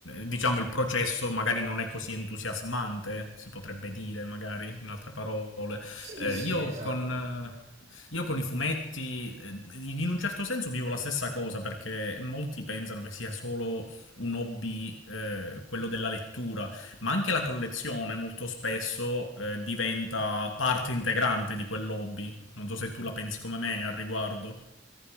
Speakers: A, on the left; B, on the right.
A: diciamo, il processo magari non è così entusiasmante, si potrebbe dire, magari, in altre parole.
B: Sì,
A: Eh,
B: sì,
A: io
B: esatto.
A: con... eh, Io con i fumetti, eh, in un certo senso vivo la stessa cosa perché molti pensano che sia solo un hobby, eh, quello della lettura, ma anche la collezione molto spesso eh, diventa parte integrante di quel hobby. Non so se tu la pensi come me al riguardo.